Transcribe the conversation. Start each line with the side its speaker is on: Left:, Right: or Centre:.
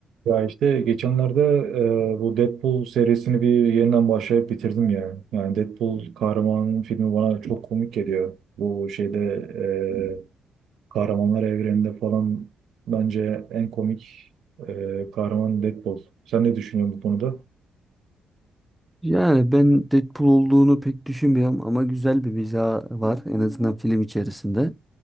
Right: Ya işte geçenlerde e, bu Deadpool serisini bir yeniden başlayıp bitirdim yani. Yani Deadpool kahramanın filmi bana çok komik geliyor. Bu şeyde e, kahramanlar evreninde falan bence en komik e, kahraman Deadpool. Sen ne düşünüyorsun bu konuda?
Centre: Yani ben Deadpool olduğunu pek düşünmüyorum ama güzel bir mizah var en azından film içerisinde.